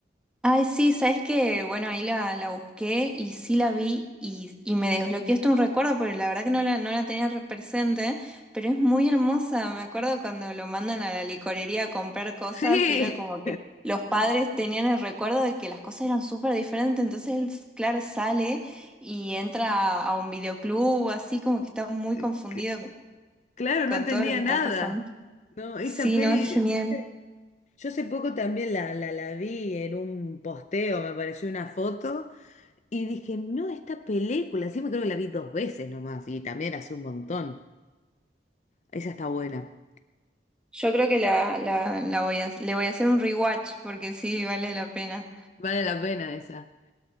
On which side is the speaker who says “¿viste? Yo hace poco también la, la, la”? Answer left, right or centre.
Left